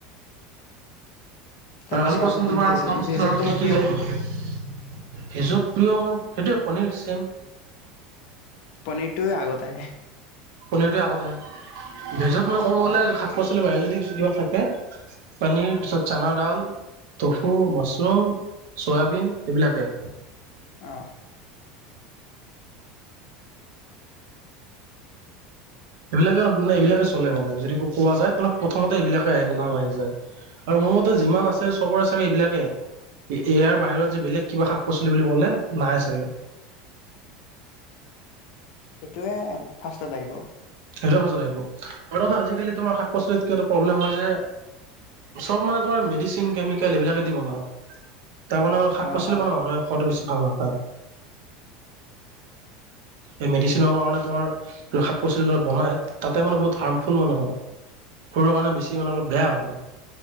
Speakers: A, on the left (about 55°); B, on the right (about 65°).
A: তাৰপিছত
B: আৰু কচোন তোমাৰ
A: ভেজ
B: খাদ্য বস্তু
A: ভেজত
B: আৰু
A: তোমাৰ
B: কি,
A: প্ৰিয়
B: কি লাগে। ভেজত প্ৰিয় মোৰ সেইটোৱে পনীৰ চেম।
A: পনীৰটো আগত আহে।
B: পনীৰটোৱে আগত আহে ভেজত মই ক'ব গ'লে শাক পাচলি বাহিৰে যদি কিবা থাকে পনীৰ পিছত চানাডাল। টফু মাছৰুম চয়াবিন এইবিলাকে।
A: অ'।
B: এইবিলাকে মানে চলে মানে যদি কোৱা যায় ক'লে প্ৰথমতে এইবিলাকে আহে ন নাম আহি যায়। আৰু মোৰতো যিমান আছে চবৰে চাগে এইবিলাকে। ইয়াৰ বাহিৰত যে বেলেগ কিবা শাক-পাচলি বুলি ক'লে নাহেই চাগে।
A: এইটোৱে ফাৰ্ষ্টত আহিব।
B: সেইটো ফাৰ্ষ্টত আহিব। আৰু কথা আজিকালি তোমাৰ শাক- পাচলিত কিবা এটা প্ৰব্লেম হয় যে চব মানে তোমাৰ মেডিচিন, কেমিকেল এইবিলাকে দি বনাই। তাৰ কাৰণে শাক-
A: অ',
B: পাচলি
A: অ'।
B: মানে মানুহে খোৱাটো বেছি ভাল নাপায়। এই মেডিচিনৰ কাৰণে তোমাৰ। আৰু শাক- পাচলিৰ লগত বনাই তাতে মানে বহুত হাৰ্মফুল মানে হয়। সৰুৰ কাৰণে বেছি মানে অলপ বেয়া মানে,